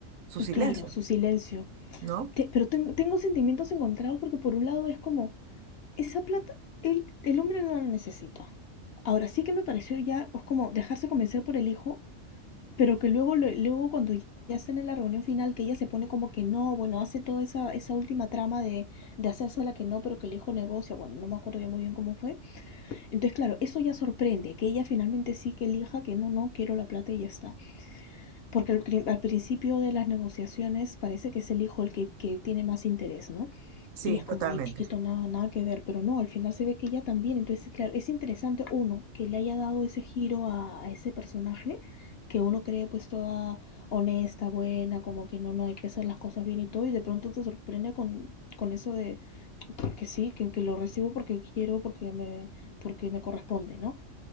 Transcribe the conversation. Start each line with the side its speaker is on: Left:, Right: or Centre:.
Right: su silencio,
Left: claro, su silencio.
Right: ¿no?
Left: Te- pero ten- tengo sentimientos encontrados porque por un lado es como, esa plata el, el hombre no la necesita. Ahora sí que me pareció ya es como dejarse convencer por el hijo, pero que luego, luego cuando ya están en la reunión final, que ella se pone como que no, bueno, hace toda esa, esa última trama de, de hacerse la que no, pero que el hijo negocia, bueno, no me acuerdo ya muy bien cómo fue. Entonces, claro, eso ya sorprende, que ella finalmente sí que elija que no, no, quiero la plata y ya está. Porque al, al principio de las negociaciones parece que es el hijo el que, que tiene más interés, ¿no?
Right: Sí,
Left: Y es
Right: totalmente.
Left: como, ay, chiquito, nada, nada que ver, pero no, al final se ve que ella también. Entonces, claro, es interesante, uno, que le haya dado ese giro a, a ese personaje, que uno cree pues toda honesta, buena, como que no, no, hay que hacer las cosas bien y todo, y de pronto te sorprende con, con eso de que sí, que, que lo recibo porque quiero, porque me, porque me corresponde, ¿no?